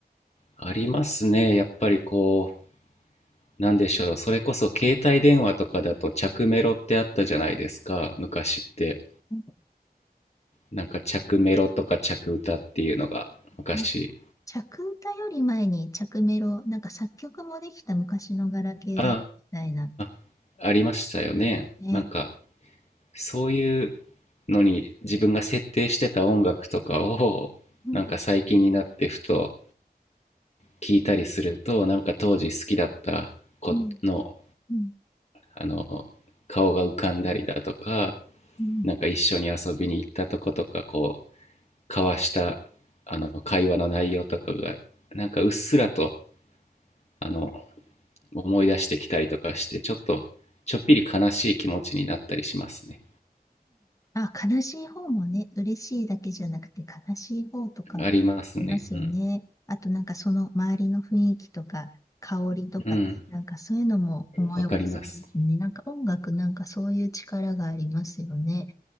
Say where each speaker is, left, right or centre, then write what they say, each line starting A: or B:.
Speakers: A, on the left; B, on the left.
A: ありますね。やっぱりこなんでしょう、それこそ携帯電話とかだと着メロってあったじゃないですか、昔って。
B: んかあ
A: なんか着メロとか着歌っていうのが昔、
B: りました着歌より前に着メロ、なんか作曲もできた昔のガラケーだったみたいな
A: ああ、ありましたよね。
B: ね。
A: なんかそういうのに自分が設定してた音楽とかをなんか最近になってふと
B: うん、
A: 聞いたりすると、なんか当時好きだった子の、
B: うん、うん、
A: あの顔が浮かんだりだとか、
B: うん。
A: なんか一緒に遊びに行ったとことかこう交わしたあの会話の内容とかがなんかうっすらとあの思い出してきたりとかしてちょっとちょっぴり悲しい気持ちになったりしますね。
B: うんあ、悲しい方もね、嬉しいだけじゃなくて悲しい方とかあ
A: ありますね。
B: りますよね。
A: うん。
B: あとなんかその周りの雰囲気とか香りとか、
A: うん。
B: なんかそういうのも思い起こされますね。
A: わかります。
B: なんか音楽なんかそういう力がありますよね。